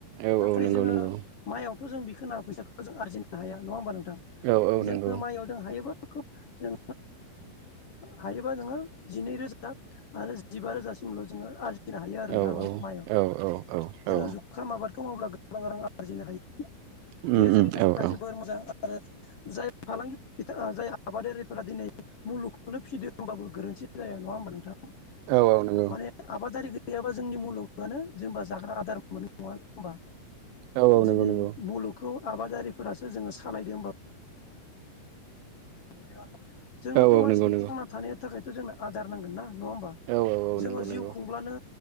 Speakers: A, on the right (about 80°); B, on the left (about 50°).
A: औ
B: नाथाय
A: औ नंगौ
B: जोङो
A: नंगौ
B: माइयाव बेखौ जों बिखौ फैसाखौ जों आरजिनो हाया नङा होमबा नोंथां
A: औ औ
B: जोङो
A: नंगौ
B: माइआव जों हायोबा खोब जों हायोबा जोङो जिनै रोजा आरो जिबा रोजासिमल' जोङो आरज फिनो हायो आरो
A: औ
B: राङाव माइआव
A: औ औ औ
B: जोङो
A: औ
B: जुखाम आबाद गोबां रां आरजिनो हायो
A: उम
B: बेयो जोंनि
A: उम
B: थाखाय
A: औ औ
B: जोबोर मोजां आरो जाय फालांगि जाय आबादारि सा दिनै मुलुगखौनो फिदों होनोमबाबो गोरोन्थि‌ जाया नङा होमबा नोंथाङा
A: औ औ नंगौ
B: माने आबादारि गैयाबा जोंनि मुलुगानो जेबा जाग्रा आदार मोनो नङा होनोमबा
A: औ औ
B: दिनै
A: नंगौ नंगौ
B: मुलुगखौ आबादारिफोरासो जोङो सालायदों होमबाबो नुहुरनायाव आरो जोंनोथ'
A: औ औ
B: मानसिनि
A: नंगौ नंगौ
B: थांना थानायनि थाखायथ' जोंनो आदार नांगोन ना नङा होमबा
A: औ औ औ
B: जोङो
A: नंगौ
B: जिउ
A: नंगौ
B: खुंब्लानो